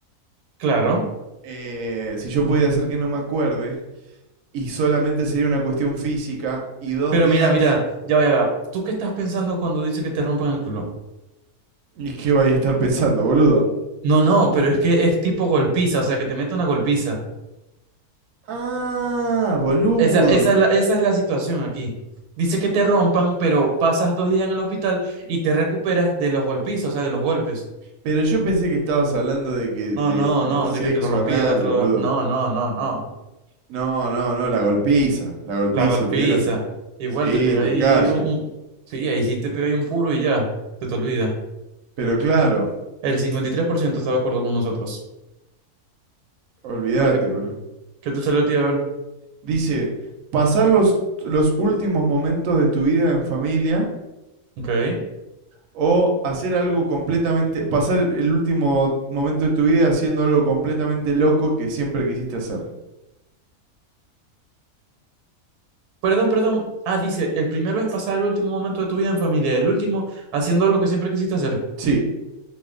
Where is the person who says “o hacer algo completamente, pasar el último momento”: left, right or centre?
Right